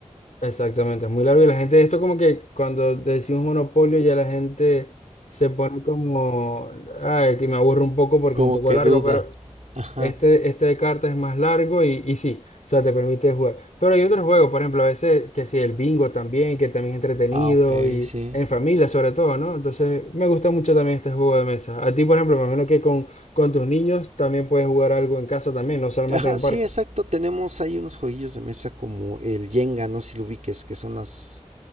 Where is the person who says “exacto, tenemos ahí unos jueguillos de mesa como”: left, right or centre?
Right